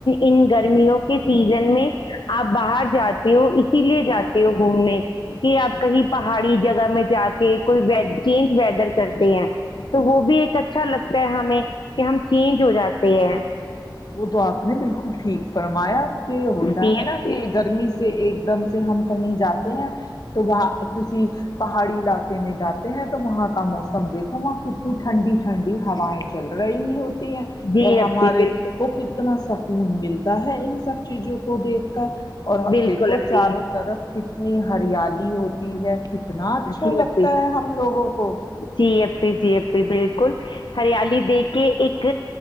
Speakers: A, on the left; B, on the left.
A: ان گرمیوں کے سیزن میں آپ باہر جاتے ہو اسی لیے جاتے ہو گھومنے کہ آپ کہیں پہاڑی جگہ میں جا کے کوئی چینج ویدر کرتے ہیں تو وہ بھی ایک اچھا لگتا ہے ہمیں کہ ہم چینج ہو جاتے ہیں
B: وہ تو آپ نہیں بالکل ٹھیک فرمایا کہ ہوتا
A: جی
B: ہے
A: اپی
B: نا کہ گرمی سے سے ایک دم سے ہم کہیں جاتے ہیں تو وہاں کسی پہاڑی علاقے نہیں جات ہیں تو وہاں کا موسم سم دیکھو وہاں کتنی ٹھنڈی ٹھنڈی ہوائیں چل رہی ہی ہوتی ہے
A: جی
B: اور
A: اپی
B: ہمارے
A: بالکل
B: کو کتنا سکون ملتا ہے ان سب چیزوں کو دیکھ کر اور
A: بالکل
B: دیکھو
A: اپی
B: چاروں طرف کتنی ہریالی ہو <unintelligible> <inaudible> ہے کتنا اچھا
A: جی
B: لگتا
A: اپی
B: ہم لوگوں کو
A: جی اپی جی اپی بالکل ہریالی دیک کے ایک